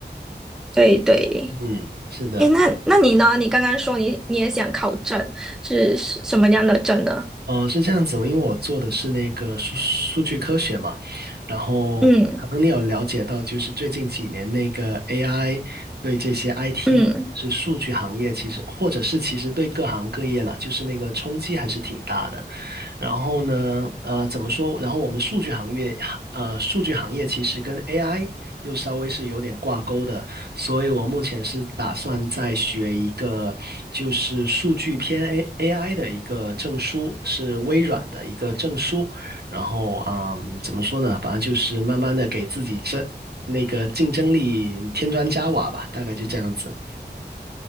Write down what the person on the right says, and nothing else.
嗯，是的，
呃，是这样子，因为我做的是那个数数据科学嘛，然后可能你有了解到，
就是最近几年那个 AI 对这些 IT
是数据行业，其实或者是其实对各行各业啦，就是那个冲击还是挺大的。然后呢，呃，怎么说？然后我们数据行业，呃，数据行业其实跟 AI 又稍微是有点挂钩的，所以我目前是打算再学一个，就是数据偏 A AI 的一个证书，是微软的一个证书。然后，嗯，怎么说呢？反正就是慢慢的给自己争那个竞争力添砖加瓦吧，大概就这样子。